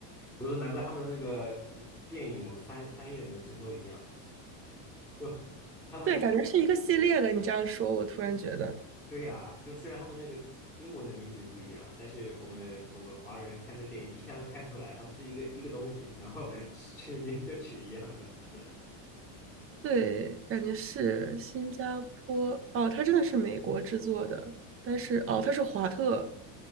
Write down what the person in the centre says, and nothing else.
我说难怪他们的那个嗯电影，我们翻翻译的名称都一样，就他们
对呀、就虽然他们那个英文的名字不一样，但是我们我们华人看这电影一看就看出来，他们是一个一个东西，然后 <laughs> 取名就取一样的。